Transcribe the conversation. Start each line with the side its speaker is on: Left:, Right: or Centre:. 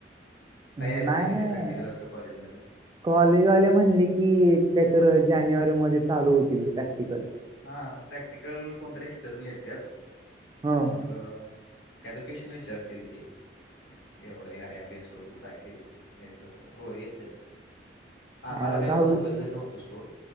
Left: का
Right: नाही
Left: यायला सांगितलय,
Right: नाही
Left: प्रॅक्टिकल असलं कॉलेजमध्येऽ
Right: कॉलेजवाले म्हणले, की कायतर जानेवारी मधे चालू होतील प्रॅक्टिकल.
Left: हा प्रॅक्टिकल कोणतरी एक्स्टर्नल येत्या
Right: ह
Left: मग अ काय लोकेशन विचारतील ते एवढं या या बेस वर तू काय तस हो येत आ
Right: अ
Left: मला काय
Right: दहावी
Left: एवढं कंपल्सरी नव्हतं सोड